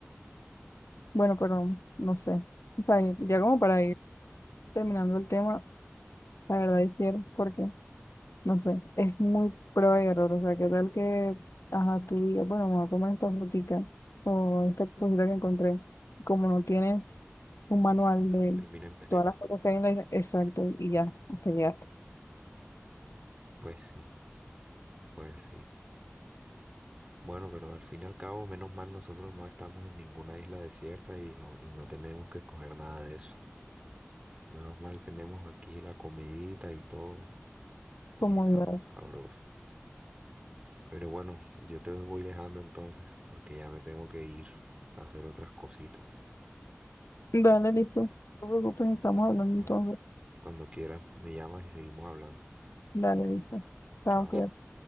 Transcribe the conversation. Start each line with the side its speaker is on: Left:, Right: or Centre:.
Left: Bueno, pero no sé. O sea, ya como para ir terminando el tema, La verdad difiero porque, no sé, es muy prueba y error. O sea, qué tal que, ajá, tú digas, bueno, me voy a comer esta frutica o esta cosita que encontré. Como no tienes un manual de
Right: Termina envenenado.
Left: todas las cosas que hay en la isla, exacto, y ya, hasta llegaste.
Right: Pues sí, pues sí. Bueno, pero al fin y al cabo, menos mal nosotros no estamos en ninguna isla desierta y no, y no tenemos que escoger nada de eso. Menos mal tenemos aquí la comidita y todo y
Left: Como
Right: estamos
Left: yo.
Right: sabrosos. Pero bueno, yo te voy dejando entonces porque ya me tengo que ir a hacer otras cositas.
Left: Dale, listo. No te preocupes, estamos hablando
Right: Bueno,
Left: entonces.
Right: cuando quieras, me llamas y seguimos hablando.
Left: Dale, listo. Chao,
Right: Chao.
Left: cuídate.